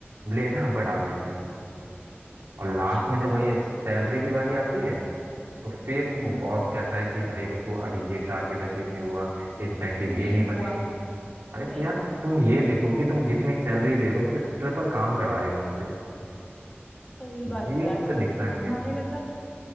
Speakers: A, on the right; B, on the left.
A: ब्लेम है हम पर डाल देते हैं और
B: एक्चुअली
A: लास्ट में जब
B: यार
A: वही सैलरी
B: बस
A: की बारी आती है तो फिर वो
B: हाँ
A: बॉस कहता है कि भाई देखो अभी ये टारगेट अचीव नहीं हुआ इंसेंटिव ये
B: नहीं
A: नहीं बनेंगे
B: हुआ
A: अरे
B: नहीं
A: तो यार
B: बना
A: तुम ये
B: सच
A: देखो
B: में।
A: कि तुम जितनी सैलरी दे रहे हो उससे ट्रिपल काम करा रहे हो हमसे
B: सही बात
A: ये
B: है यार
A: उनको
B: बिल्कुल
A: दिखता नहीं
B: तुम्हारे
A: है
B: मतलब